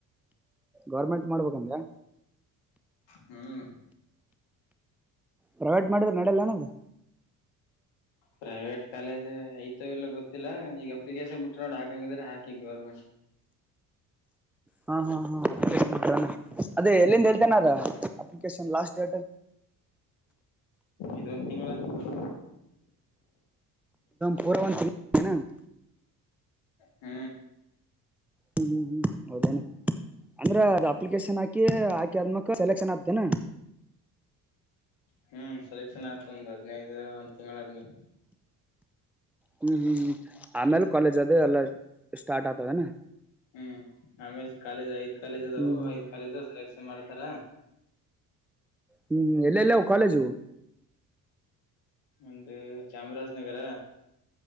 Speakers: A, in the centre; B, on the left.
A: ಗೌರ್ಮೆಂಟ್ ಮಾಡ್ಬೇಕಂದ್ರ
B: ಹ್ಮ್
A: ಪ್ರೈವೇಟ್ ಮಾಡಿದ್ರ ನಡ್ಯಾಲೇನ ನಮಗೆ
B: ಪ್ರೈವೇಟ್ ಕಾಲೇಜ್ ಹೈತೊ ಇಲ್ಲ ಗೊತ್ತಿಲ್ಲ ಈಗ ಅಪ್ಲಿಕೇಶನ್ ಬಿಟ್ಟು ನೋಡಿ ಹಾಕಂಗಿದ್ರ ಹಾಕಿಂಗ ಗವರ್ಮೆಂಟ್
A: ಹಾ ಹಾ ಹಾ ಅದೇ ಎಲ್ಲಿಂದ ಎ ನದ
B: ಹ್ಮ್
A: ಅಪ್ಲಿಕೇಶನ್ ಲಾಸ್ಟ್ ಡೇಟ್
B: ಇದೊಂದ ತಿಂಗಳ ಆದ ಫುಲ್
A: ಪೂರ ಒಂದು ತಿಂಗ <unintelligible>
B: ಹ್ಮ್
A: ಹ್ಮ್ ಹ್ಮ್ ಹ್ಮ್ ಹೌದೇನೆ ಅಂದ್ರ ಅದ ಅಪ್ಲಿಕೇಶನ್ ಹಾಕಿ ಹಾಕಿ ಆದ್ಮಕ್ ಸೆಲೆಕ್ಷನ್ ಆಗ್ತೇನ
B: ಹ್ಮ್ ಸೆಲೆಕ್ಷನ್ ಆಯತ ಒಂದ್ ಹದ್ಿನೈದು ಒಂದ್ ತಿಂಗಳಾದ್ಮೇಲೆ
A: ಹ್ಮ್ ಹ್ಮ್ ಹ್ಮ್ ಆಮೇಲ್ ಕಾಲೇಜ್ ಅದೇ ಎಲ್ಲಾ ಸ್ಟಾರ್ಟ್ ಆತವನಾ
B: ಹ್ಮ್ ಆಮೇಲೆ ಕಾಲೇಜ್ ಐ್ ಕಾಲೇಜ್ ಅದವು
A: ಹ್ಮ್ ಹ್ಮ್
B: ಐದ್ ಕಾಲೇಜ ಸೆಲೆಕ್ಷನ್ ಮಾಡ್ತ ತರ
A: ಹ್ಮ್ ಎಲ್ಲೆಲ್ಲ ಕಾಲೇಜು ಇವು
B: ಒಂದು ಚಾಮರಾಜನಗರ